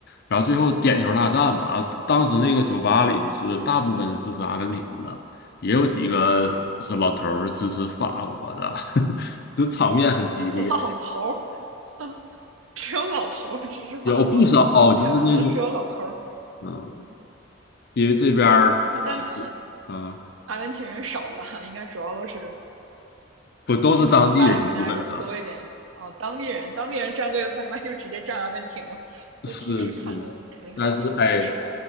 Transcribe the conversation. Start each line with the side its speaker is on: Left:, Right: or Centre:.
Left: 然后最后点球大战嘛，当时那个酒吧里就是大部分是支持阿根廷的，也有几个就是老头儿支持法国的，
Right: 嗯。
Left: <laughs> 就场面很激烈，
Right: 老头儿，<laughs> 只有老头儿支持法国，
Left: 有不少就是那种。
Right: 哎呀，可能只有老头儿，
Left: 嗯，因为这边儿
Right: 但
Left: 啊，
Right: 阿根廷人少吧，应该主要都是
Left: 不都是当地人，
Right: 住的发达国家人多一点哦，
Left: 基本上
Right: 当地人，当地人站队的话，一般就直接站阿根廷了，
Left: 是是，
Right: 因为平时看的肯定看的球赛也少。
Left: 但是哎，